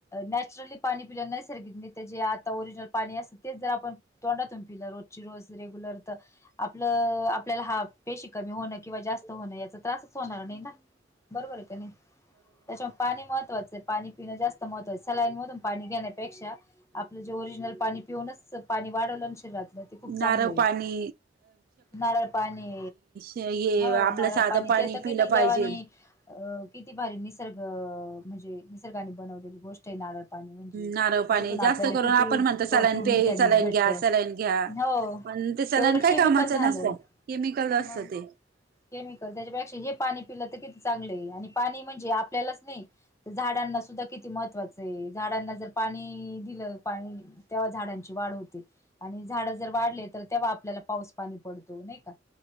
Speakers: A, on the left; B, on the right.
A: नॅचरली पाणी पिला नैसर्गिक नाही तर जे आता ओरिजिनल पाणी असतं तेच जर आपण तोंडातुन पिल रोजच्या रोज रेगुलर तर आपलं आपल्याला हा पेशी कमी होणं किंवा जास्त होणं याचा त्रासच होणार नाही ना बरोबर आहे का नाही त्याच्या - पाणी महत्त्वाचं आहे पाणी पिण जास्त महत्त्वाचं सलाईनमधून पाणी घेण्यापेक्षा आपलं जे ओरिजिनल पाणी पिऊनच पाणी वाढवलं न शरीरातलं ते खूप चांगलं
B: नारळ
A: आहे
B: पाणी
A: नारळ पाणी
B: हे
A: हो
B: आपलं
A: नारळ
B: साधं
A: पाणी ते तर किती
B: पिलं पाहिजे.
A: देवानी अ किती भारी निसर्ग म्हणजे निसर्गाने बनवलेली गोष्ट जारळ पाणी म्हणजे त्याच्यातून
B: नारळ पाणी जास्त
A: आपल्याला
B: करून
A: किती
B: आपण म्हणतो
A: प्रोटीन
B: सलाईन पे
A: विटॅमिन्स
B: सलाईन
A: भेटत
B: घ्या सलाईन घ्या.
A: हो
B: पण ते सलाईण
A: उलट
B: काय
A: केमिकल
B: कामाच
A: झालं
B: नसत केमिकल असत
A: मग
B: ते
A: केमिकल त्याच्यापेक्षा हे पाणी पिलं तर किती चांगलय आहे आणि पाणी म्हणजे आपल्यालाच नाई तर झाडांना सुद्धा किती महत्त्वाचं आहे झाडांना जर पाणी दिलं पाणी तेव्हा झाडांची वाढ होते आणि झाड जर वाढले तर तेव्हा आपल्याला पाऊस पाणी पडतो नाही का